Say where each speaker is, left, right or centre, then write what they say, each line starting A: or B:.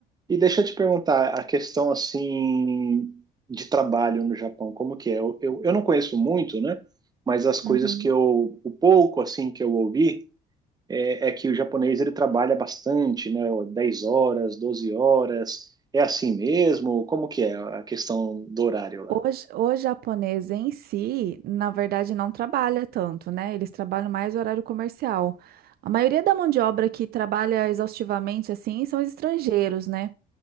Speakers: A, on the right; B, on the right.
A: E deixa eu te perguntar, a questão assim de trabalho no Japão, como que é? Eu, eu, eu não conheço muito, né? Mas as coisas
B: Uhum.
A: que eu, o pouco assim que eu ouvi é, é que o japonês ele trabalha bastante, né? 10 horas, 12 horas. É assim mesmo? Como que é a questão do horário lá?
B: O, o japonês em si, na verdade, não trabalha tanto, né? Eles trabalham mais horário comercial. A maioria da mão de obra que trabalha exaustivamente assim são os estrangeiros, né?